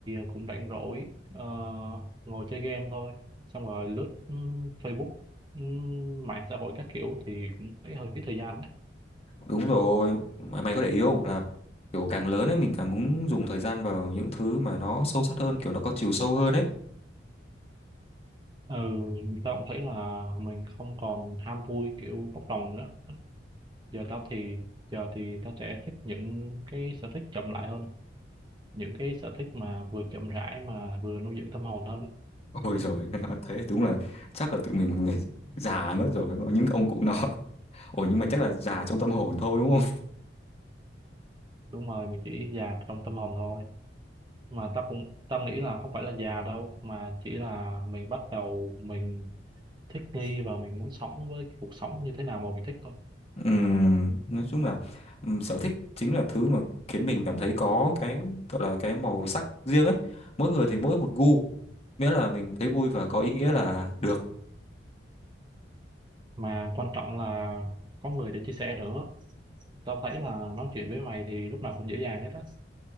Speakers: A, on the right; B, on the left.
A: cũng rảnh rỗi ờ, ngồi chơi game thôi xong rồi lướt ừ, Facebook ừ, mạng xã hội các kiểu thì cũng thấy hơi phí thời gian đấy
B: đúng rồi mày, mày có để ý không là kiểu càng lớn ấy mình càng muốn dùng thời gian vào những thứ mà nó sâu sắc hơn kiểu nó có chiều sâu hơn ấy
A: ừ, tao cũng thấy là mình không còn ham vui kiểu bốc đồng nữa giờ tao thì giờ thì tao sẽ thích những cái sở thích chậm lại hơn những cái sở thích mà vừa chậm rãi mà vừa nuôi dưỡng tâm hồn hơn
B: <laughs> ôi rồi nói thế đúng là chắc là tụi mình <laughs> già mất rồi những ông cụ nọ Ủa nhưng mà chắc là già trong tâm hồn thôi đúng không?
A: đúng rồi mình chỉ già trong tâm hồn thôi mà tao cũng tao nghĩ là không phải là già đâu mà chỉ là mình bắt đầu mình thích nghi và mình muốn sống với cái cuộc sống như thế nào mà mình thích thôi
B: Ừm, nói chung là ừm, sở thích chính là thứ mà khiến mình cảm thấy có cái gọi là cái màu sắc riêng ấy. Mỗi người thì mỗi một gu, miễn là mình thấy vui và có ý nghĩa là được.
A: mà quan trọng là có người để chia sẻ nữa tao thấy là nói chuyện với mày thì lúc nào cũng dễ dàng hết á